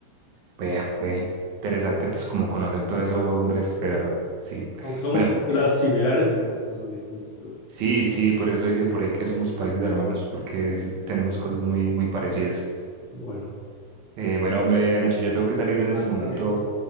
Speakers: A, on the right; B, on the left.
A: vea, bueno, interesante pues como conocer todo eso, hombre,
B: Sí.
A: pero sí.
B: Aunque somos
A: Bueno,
B: culturas
A: eh,
B: similares, tenemos cosas distintas luego.
A: sí, sí, por eso dicen por ahí que somos países hermanos, porque
B: Sí.
A: sí tenemos cosas muy, muy parecidas.
B: Bueno,
A: Eh, bueno, hombre,
B: Ok.
A: Nacho, yo tengo que salir en este
B: Ah, tú
A: momento,
B: también.